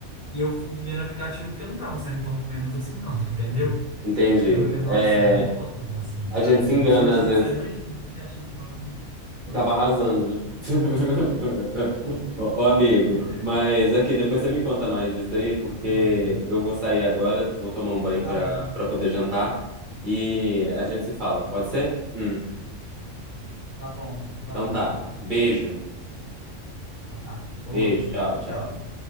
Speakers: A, on the left; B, on the right.
A: E eu fui vivendo aplicativo que eu não tava saindo tão menos assim, não, <laughs> entendeu?
B: Entendi.
A: Eu fui ver, nossa,
B: É,
A: eu não tô tão assim,
B: a
A: sabe?
B: gente se engana
A: Eu só deixei
B: às vezes.
A: de sair dois dias e achei que tava. muito- Oi?
B: Tava arrasando, né? <laughs> Ô, ô, amigo,
A: Oi, é.
B: mas aqui, depois você me conta mais disso aí, porque
A: Oi.
B: eu vou sair agora, vou tomar um banho
A: Tá
B: pra,
A: bom,
B: pra poder jantar e a gente se fala, pode ser? Hum,
A: tá bom, tá
B: então
A: bom.
B: tá. Beijo,
A: Então tá. Outro.
B: beijo, tchau, tchau.
A: Tchau.